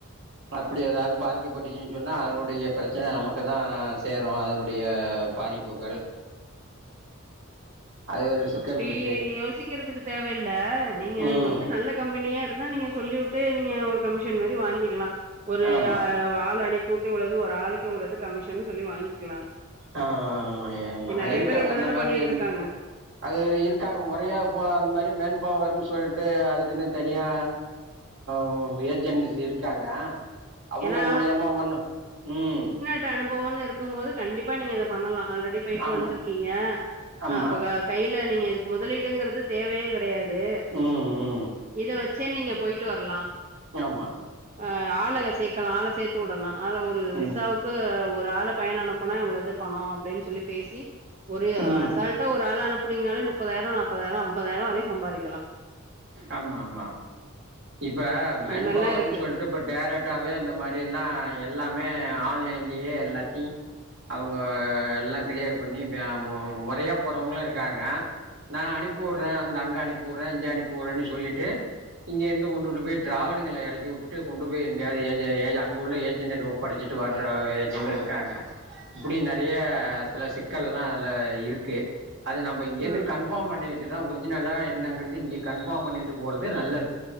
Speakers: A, on the right (about 55°); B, on the right (about 35°).
A: அப்டி எதாவது பாதிக்கப்பட்டுச்சுன் சொன்னா அதனுடைய பிரச்சன நமக்கு தா சேரு அதனுடைய பாதிப்புகள் அது ஒரு சிக்கல்
B: அப்டி
A: இருக்கு
B: யோசிக்கறதுக்கு தேவையில்ல நீங்க
A: ம்
B: வந்து நல்ல கம்பனியா இருந்தா நீங்க சொல்லிவுட்டு நீங்க ஒரு கமிஷன் மாறி வாங்கிர்லா ஒரு
A: ஆமா
B: ஆ ஆளு அனுப்பூட்டு இவ்வளது ஒரு ஆளுக்கு இவ்வளது கமிஷன் சொல்லி வாங்கிக்கலா
A: ஆ
B: நெறைய
A: இருக்காங்க
B: பேர் அப்டித்தான
A: அந்த மாறி
B: பண்ணிட்டு இருக்காங்க
A: அது இருக்காங்க முறையா இப்ப அந் மாறி மென் பவர்ன்னு சொல்ட்டு அதுக்குன்னு தனியா ஓ ஏஜென்சி இருக்காங்க அவங்க
B: ஏன்னா
A: மூலியமா ஒண்ணு ம்
B: த்த அனுபவம்னு இருக்கு போது கண்டிப்பா நீங்க இத பண்ணலா ஆல்ரெடி போயிட்டு
A: ஆமா
B: வந்திருக்கீங்க
A: ஆமா
B: அப்பக கையில நீங்க இதுக் முதலீடுங்றது தேவையே கெடையாது
A: ம் ம்
B: இத வச் சே நீங்க போயிட்டு வர்லா
A: ஆமா
B: ஆ ஆளக சேர்கலா ஆள சேர்த்து உடலா ஆல ஒரு
A: ம்
B: விசாவுக் கு ஒரு ஆள பயனோ அனுப்புனா இவ்ளோது பணோ அப்டின் சொல்லி பேசி ஒரு
A: ம்
B: அசால்டா ஒரு ஆள அனுப்புனீங்கனாலே முப்பதாயிரோ நாப்பதாயிரோ ஐம்பதாயிரோ வரையு சம்பாரிக்கலா
A: ஆமா ஆமா இப்ப மென்
B: அது மாரிலா
A: பவர்ன்
B: இருக்கு
A: சொல் ட்டு இப்ப டைரக்டாவே இந்த மாரி எல்லா எல்லாமே ஆன்லைன்லியே எல்லாத்தி அவுங்க எல்லா கிளியர் பண்ணி மே மு மொறையா போறவங்களு இருக்காங்க நா அனுப்பி உற்றே அந்த அங்க அனுப்பி உற்றே இங்க அனுப்பி உற்றேன் சொல்லிட்டு இங்கே இருந்து கொண்டுட்டு போய் டிராவலிங்கல எறக்கி உட்டுடு கொண்டு போய் எங்கயாது ஏஜெ ஏஜெ அங்க உள்ள ஏஜென்ட் படிச்சிட்டு வர்ற ஏஜென்ட் இருக்காங்க இப்டி நறய சில சிக்கல்லா அதுல இருக்கு அது நம்ப இங்கந்து
B: ம்
A: கன்ஃபார்ம் பண்ணிக்கிட்டு தா ஒரிஜினலா என்னங்கறது இங்க கன்ஃபார்ம் பண்ணிக்கிட்டு போறது நல்லது